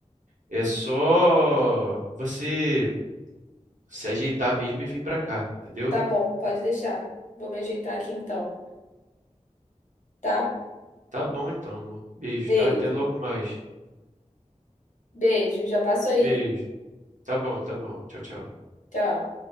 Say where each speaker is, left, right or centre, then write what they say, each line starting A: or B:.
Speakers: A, on the right; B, on the left.
A: É só você se ajeitar mesmo e vir pra cá, entendeu?
B: tá bom, pode deixar. Vou me ajeitar aqui então, tá?
A: Tá bom então, amor. Beijo,
B: Beijo.
A: tá? Até logo mais.
B: Beijo, já passo aí.
A: Beijo. Tá bom, tá bom. Tchau, tchau.
B: Tchau.